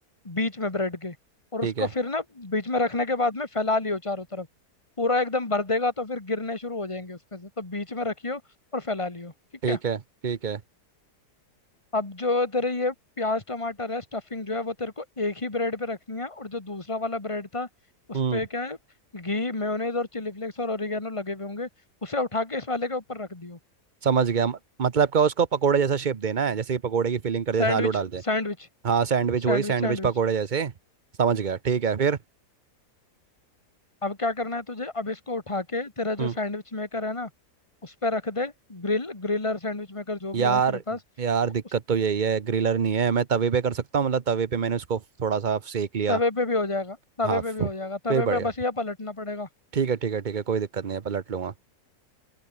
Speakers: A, on the left; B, on the right.
A: बीच में ब्रेड के और
B: ठीक
A: उसको
B: है
A: फिर ना बीच में रखने के बाद में फैला लियो चारों तरफ पूरा एकदम भर देगा तो फिर गिरने शुरू हो जाएंगे उसमें से तो बीच में रखियो और फैला लियो ठीक
B: ठीक
A: है
B: है ठीक है
A: अब जो तेरे ये प्याज टमाटर है स्टफिंग जो है वो तेरे को एक ही ब्रेड पे रखनी है और जो दूसरा वाला ब्रेड था
B: हम्म
A: उस पे क्या है घी मेयोनेज और चिली फ्लेक्स और ओरिगेनो लगे हुए होंगे उसे उठा के इस वाले के ऊपर रख दियो
B: समझ गया म- मतलब क्या उसको पकोड़े जैसा शेप देना है जैसे कि पकोड़े की फिलिंग कर जैसे
A: Sandwich
B: आलू डालते हैं
A: sandwich
B: हाँ सैंडविच
A: sandwich
B: वही सैंडविच
A: sandwich
B: पकोड़े जैसे समझ गया ठीक है फिर
A: अब क्या करना है तुझे अब इसको उठा के तेरा
B: हम्म
A: जो सैंडविच मेकर है ना उस पर रख दे ग्रिल ग्रिलर सैंडविच मेकर जो
B: यार
A: भी है तेरे पास
B: यार दिक्कत
A: उस
B: तो यही है ग्रिलर नहीं है मैं तवे पे कर सकता हूँ मतलब तवे पे मैंने उसको थोड़ा सा सेक लिया
A: तवे पे भी हो जाएगा तवे
B: हाफ
A: पे भी
B: फिर
A: हो जाएगा तवे
B: बढ़िया
A: पे बस ये पलटना पड़ेगा
B: ठीक है ठीक है ठीक है कोई दिक्कत नहीं है पलट लूंगा